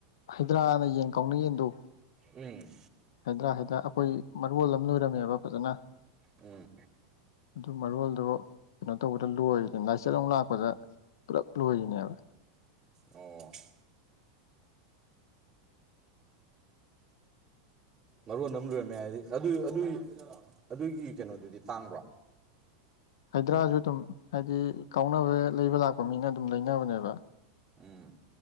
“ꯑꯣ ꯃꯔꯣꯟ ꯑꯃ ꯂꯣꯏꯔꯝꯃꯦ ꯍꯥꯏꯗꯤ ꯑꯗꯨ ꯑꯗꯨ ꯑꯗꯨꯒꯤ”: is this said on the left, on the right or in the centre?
Right